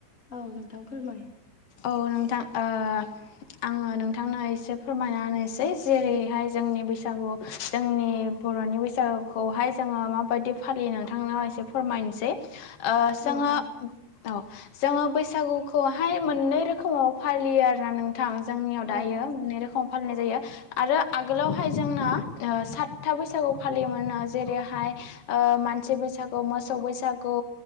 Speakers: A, on the left; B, on the left.
A: औ नोंथां फोरमाय
B: औ नोंथां ओ आङो नोंथांनो एसे फोरमायनासै जेरैहाय जोंनि बैसागु जोंनि बर'नि बैसागुखौहाय जोङो माबायदि फालियो नोंथांनाव एसे फोरमायनोसै। ओ जोङो
A: औ औ
B: औ। जोङो बैसागुखौहाय मोननै रोखोमाव फालियो आरोना नों थां जोंनियाव दायो
A: औ
B: मोननै रोखोम फालिनाय जायो आरो आगोलावहाय जोंना ओ सातथा बैसागु फालियोमोनो, जेरैहाय ओ मानसि बैसागु, मोसौ बैसागु,